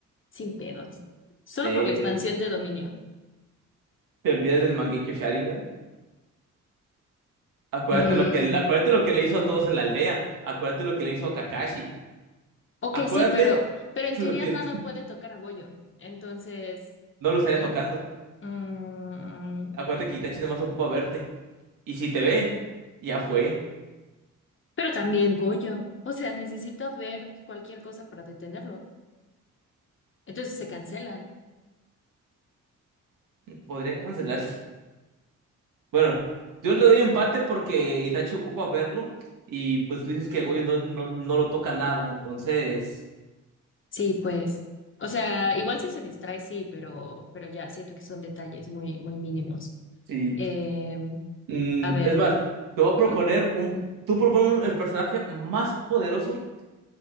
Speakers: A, on the left; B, on the right.
A: sin pedos. Solo
B: Eh,
A: por la Sí. expansión de dominio.
B: te olvidas del Mangekyo Sharingan. Acuérdate
A: Mm,
B: lo que, acuérdate
A: <laughs>
B: lo que le hizo a todos en la aldea. Acuérdate lo que le hizo a Kakashi.
A: ok,
B: Acuérdate
A: sí, pero, pero en
B: lo
A: teoría
B: que
A: nada
B: él- <laughs>
A: puede tocar a Goyo. Entonces,
B: no lo estaría
A: en-
B: tocando.
A: mm,
B: Acuérdate que Itachi nada más ocupa verte. Y si te ve, ya fue.
A: pero también Goyo. O sea, necesita ver cualquier cosa para detenerlo. Entonces se cancelan.
B: Podrían cancelarse. Bueno, yo le doy empate porque Itachi ocupa verlo. Y pues tú dices que Goyo no, no, no lo toca nada. Entonces,
A: Sí, pues. O sea, igual si se distrae, sí, pero, pero ya siento que son detalles muy, muy mínimos.
B: sí.
A: Em,
B: Mm,
A: a ver.
B: es más, te voy a proponer
A: Ujú,
B: un. Tú propones el personaje más poderoso